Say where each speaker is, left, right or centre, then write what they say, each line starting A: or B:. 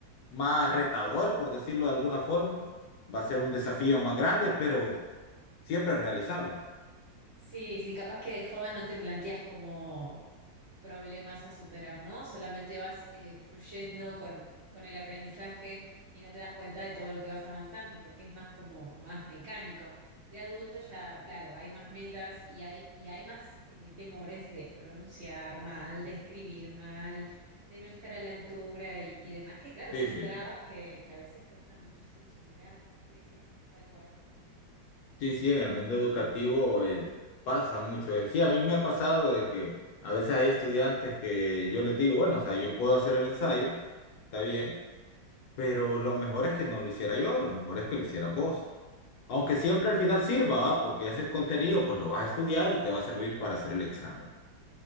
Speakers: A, on the left (about 70°); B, on the right (about 60°).
A: más retador, por decirlo de alguna forma. Va a ser un desafío más grande, pero siempre realizable.
B: Sí, sí, capaz que de joven no te planteas como problemas a superar, ¿no? Solamente vas eh, fluyendo con, con el aprendizaje y no te das cuenta de todo lo que vas avanzando, porque es más como más mecánico. De adulto ya, claro, hay más metas y hay, y hay más eh, temores de pronunciar mal, de escribir mal, de no estar a la altura y, y demás, que claro,
A: Sí,
B: son
A: sí.
B: trabas que, que a veces cuestan muchísimo superar. Sí, sí, tal cual.
A: Sí, sí, en el mundo educativo eh, pasa mucho. eh, Sí, a mí me ha pasado de que a veces hay estudiantes que yo les digo, bueno, o sea, yo puedo hacer el ensayo, está bien, pero lo mejor es que no lo hiciera yo, lo mejor es que lo hicieras vos.
B: No,
A: Aunque
B: por supuesto.
A: siempre al final sirva, ¿va? Porque ese contenido pues lo vas a estudiar y te va a servir para hacer el examen.